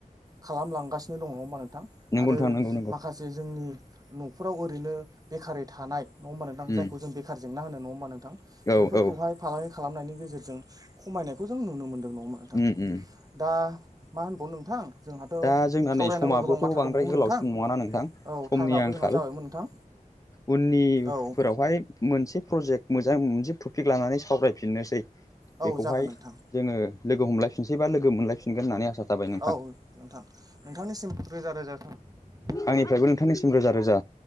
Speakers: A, on the right; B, on the left.
A: खालामलांगासिनो दङ नङा होनबा नों? थां
B: नंगौ
A: आरो
B: नोंथां नंगौ नंगौ
A: माखासे जोंनि नखराव ओरैनो बेखारै थानाय नङा हबा नोंथां?
B: उम
A: जखौ जों बेखार जेंना होनो नङा हबा नोंथां?
B: औ
A: बेफोरखौहाय
B: औ
A: फालांगि खालामनायनि गेजेरजों खमायनायखौ जों नुनो मोनदों नङा होबा नोंथां?
B: उम उम
A: दा मा होनबाव नोंथां जोंहाथ'
B: दा जोंना
A: सावरायनांगौ
B: नै समाबोथ
A: गोबां बाथ्रा
B: बांद्राय
A: दंबावोमोन
B: गोलाव
A: नोंथां
B: सम नङाना नोंथां?
A: औ
B: समनि
A: टाइमाबो
B: आंखाल
A: जोंहा जाबायमोन नोंथां
B: उननि
A: औ
B: फोरावहाय मोनसे प्रजेक्ट मोजां मोनसे टपिक लानानै सावरायफिननोसै
A: औ
B: बेखौहाय
A: जागोन नोंथां
B: जोङो लोगो हमलायफिनसै बा लोगो मोनलायफिनग होननानै आसा थाबाय नोंथां
A: औ नोंथां नोंथांनिसिम रोजा रोजा थाबाय।
B: आंनिफ्रायबो नोंथांनिसिम रोजा रोजा